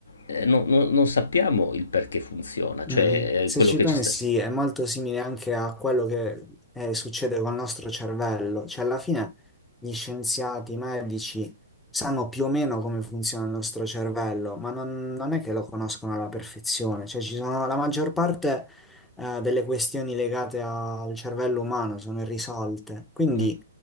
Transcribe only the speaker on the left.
eh, non, non- non sappiamo il perché funziona, cioè
eh, quello
che
ci sta.
Mm,